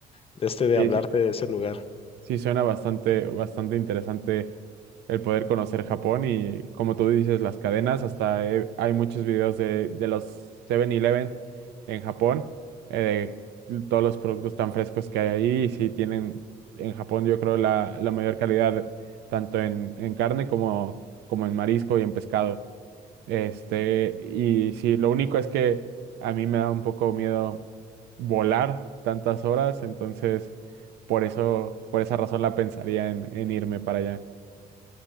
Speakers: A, on the left (about 35°); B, on the right (about 80°).
A: de, este, de
B: sí,
A: hablarte
B: sí.
A: de ese lugar.
B: Sí, suena bastante, bastante interesante el poder conocer Japón y como tú dices, las cadenas, hasta he- hay muchos videos de, de los Seven eleven en Japón, eh, de todos los productos tan frescos que hay ahí y sí tienen en Japón yo creo la, la mayor calidad tanto en, en carne como, como en marisco y en pescado. Este, y sí, lo único es que a mí me da un poco miedo volar tantas horas, entonces... Por eso, por esa razón la pensaría en, en irme para allá.